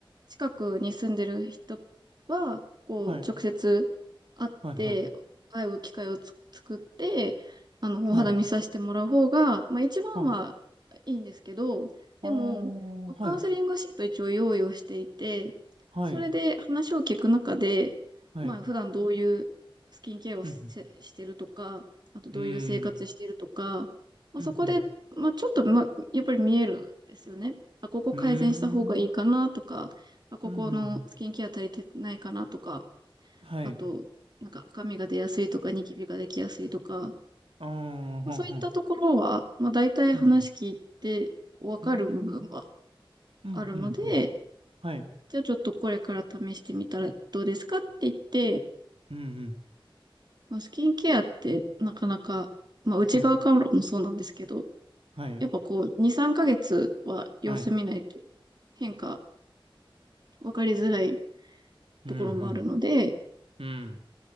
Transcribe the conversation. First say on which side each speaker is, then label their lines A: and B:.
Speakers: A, on the right; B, on the right.
A: 近くに住んでる人は、こう、
B: はい、
A: 直接会って、
B: はい、はい、
A: 会う機会をつ作って、あの、お肌見させてもらう方が、
B: はい、
A: まあ一番は
B: あ、
A: いいんですけど、でも、
B: ああ、はい、
A: カウンセリングシート一応用意をしていて、
B: はい、
A: それで話を聞く中で、
B: はい、
A: まあ普段どういうスキンケアをせしてるとか、
B: うん、
A: あとどういう生活してるとか、
B: うん、うん、
A: まあ、
B: うん、
A: そこで、
B: うん、
A: まあ、ちょっと、まあ、やっぱり見えるんですよね。あ、ここ改善した方がいいかなとか、
B: うーん。うん
A: あ、ここのスキンケア足りてないかなとか、
B: うんうん。はい。
A: あと、なんか赤みが出やすいとか、ニキビができやすいとか、
B: ああ、
A: まあそういったところは、
B: ほんほん。
A: まあ大体話聞いてわかる部分は
B: うん。うーん。うん、
A: あるので、
B: うん、うん。はい。
A: じゃあちょっとこれから試してみたらどうですかって言って、
B: うん、うん。
A: まあ、スキンケアってなかなか、まあ内側からもそうなんですけど、
B: はい。はい。
A: やっぱこう2、3ヶ月は様子見ないと
B: はい。
A: 変化分かりづらい
B: うん、
A: ところもあるので、
B: うん。うん。